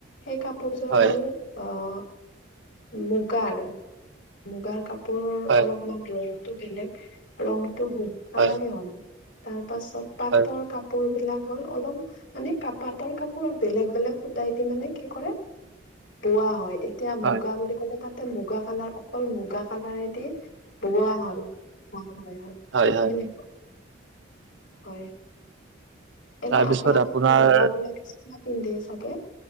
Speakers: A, on the left; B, on the right.
A: সেই কাপোৰযোৰ
B: হয়,
A: হ'ল আহ মুগাৰ। মুগাৰ কাপোৰৰ
B: হয়,
A: অলপমান ৰংটো বেলেগ ৰংটো মুগা কালাৰে
B: হয়,
A: হ'ল। তাৰ পাছত পাটৰ কাপোৰ
B: হয়,
A: কাপোৰ বিলাক হ'ল অলপ মানে ক পাটৰ কাপোৰত বেলেগ বেলেগ সুতাই দি মানে কি কৰে বোৱা হয় এতিয়া
B: হয়,
A: মুগা বুলি ক'লে তাতে মুগা কালাৰ অকল মুগা কালাৰেদি বোৱা হয়, হয়, হয়নে?
B: হয়, হয়।
A: হয়, এনে
B: তাৰপিছত
A: আপোনালোকৰ
B: আপোনাৰ
A: <inaudible> পিন্ধে চাগে?